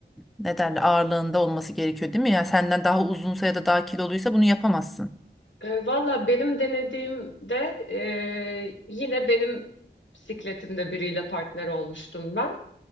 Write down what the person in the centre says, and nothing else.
ne derler ağırlığında olması gerekiyor değil mi? Yani senden daha uzunsa ya da daha kiloluysa bunu yapamazsın.